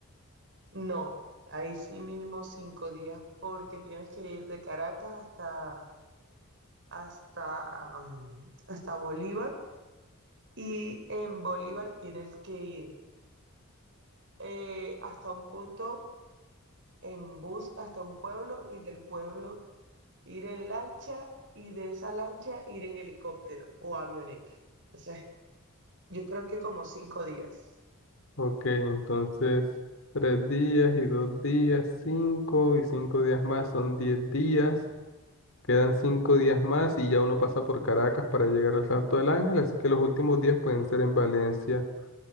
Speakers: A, on the right (about 55°); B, on the left (about 60°).
A: No, ahí sí mínimo cinco días porque tienes que ir de Caracas hasta, hasta, mm, hasta Bolívar y en Bolívar tienes que ir eh, hasta un punto en bus, hasta un pueblo y del pueblo ir en lancha y de esa lancha ir en helicóptero o avioneta. Entonces, yo creo que como cinco días.
B: Ok, entonces tres días y dos días, cinco y cinco días más son diez días. Quedan cinco días más y ya uno pasa por Caracas para llegar al Salto del Ángel, así que los últimos días pueden ser en Valencia